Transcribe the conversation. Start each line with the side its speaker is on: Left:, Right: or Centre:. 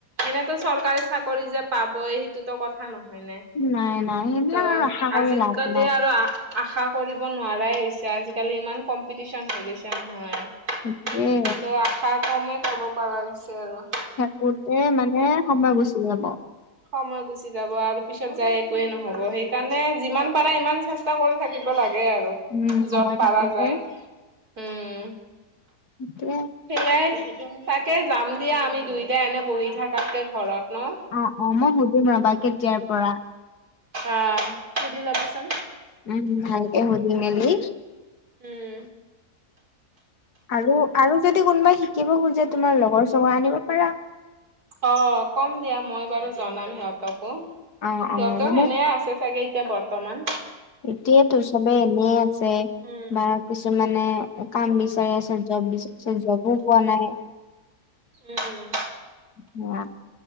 Right: এনেতো চৰকাৰী চাকৰি যে পাবই সেইটো ত কথা নহয় নে,
Left: নাই নাই সেইবিলাক
Right: তো
Left: আৰু আশা
Right: আজিকালি
Left: কৰি লাভ নাই।
Right: আৰু আশা কৰিব নোৱাৰাই হৈছে। আজিকালি ইমান কম্পিটিচন হৈ গৈছে নহয়।
Left: সেইটোৱে
Right: তো আশা কমেই কব পাৰা হৈছে আৰু।
Left: কওতে মানে সময় গুচি যাব।
Right: সময় গুচি যাব আৰু পিছত যাই একোৱে নহব। সেইকাৰণে যিমান পাৰা ইমান চেষ্টা কৰি থাকিব লাগে আৰু
Left: উম সময়
Right: যত পাৰা
Left: থাকোতে
Right: যায়। উম।
Left: সেইটোৱে।
Right: সেয়াই। তাকে যাম দিয়া আমি দুইটাই এনে বহি থাকাতকে ঘৰত ন।
Left: অ অ মই সুধিম ৰবা কেতিয়াৰ পৰা।
Right: অ সুধি ল'বা চোন।
Left: উম ভালকে শুদি মেলি
Right: উম।
Left: আৰু আৰু যদি কোনোবাই শিকিব খোজে তোমাৰ লগৰ চগৰ আনিব পাৰা।
Right: অ কম দিয়া মই বাৰু জনাম সিহঁতকো।
Left: অ
Right: সিহঁতও
Left: অ মানে
Right: এনে আছে চাগে এতিয়া বৰ্তমান।
Left: এতিয়াতো চবে এনে আছে
Right: উম
Left: বা কিছুমানে কাম বিচাৰি আছে, জব বিচাৰি আছে। জবো পোৱা নাই।
Right: উম।
Left: উম <unintelligible>